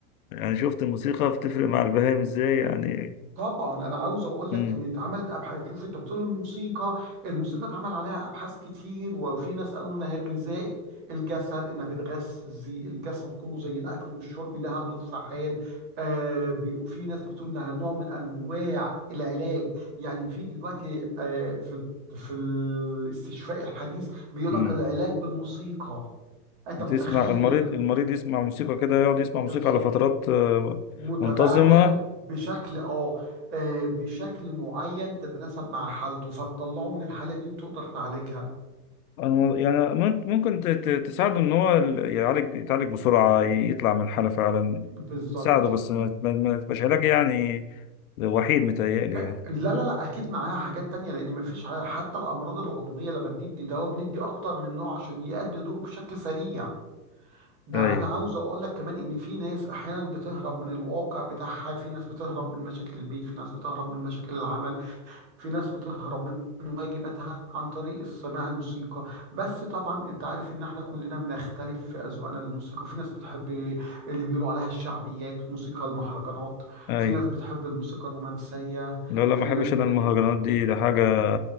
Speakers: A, on the left (about 60°); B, on the right (about 45°).
A: يعني شفت الموسيقى بتفرق مع البهائم ازاي يعني
B: طبعا انا عاوز اقول
A: امم
B: لك ان اتعملت ابحاث شوف انت بتقول الموسيقى الموسيقى اتعمل عليها ابحاث كتير وفي ناس قالوا انها غذاء الجسد انها بتغذي الجسد كله زي الاكل والشرب لها دور فعال آه بي- في ناس بتقول انها نوع من انواع العلاج يعني في دلوقتي آه في ال- في الاستشفاء الحديث بيقول
A: امم
B: لك العلاج بالموسيقى انت
A: بتسمع
B: متخيل
A: المريض
B: ال-
A: المريض يسمع موسيقى كده يقعد يسمع موسيقى
B: بالظبط
A: على فترات آه،
B: متباعدة
A: منتظمة
B: بشكل اه آه، بشكل معين تتناسب مع حالته فتطلعه من الحالة دي وتقدر تعالجها
A: أنا- يعني مم- ممكن ت- ت- تساعده إن هو ال- يعالج يتعالج بسرعة ي- يطلع من الحالة فعلا
B: بالظبط
A: تساعده بس ما ما- ما تبقاش علاج يعني وحيد متهيألي
B: إيه،
A: يعني
B: لا لا لا اكيد معاها حاجات تانية لان مفيش ع- حتى الامراض العضوية لما بندي دواء بندي اكتر من نوع عشان يأدي دوره بشكل سريع ده
A: أيوه
B: انا عاوز اقول لك كمان ان في ناس احيانا بتهرب من الواقع بتاعها في ناس بتهرب من مشاكل البيت في ناس بتهرب من مشاكل العمل في ناس بتهرب من واجباتها عن طريق سماع الموسيقى بس طبعا انت عارف ان احنا كلنا بنختلف في اذواقنا للموسيقى في ناس بتحب اللي بيقولوا عليها الشعبيات موسيقى المهرجانات
A: أيوه
B: في ناس بتحب الموسيقى الرومانسية
A: لا لا
B: في
A: ما أحبش
B: ناس
A: أنا
B: بت...
A: المهرجانات دي ده حاجة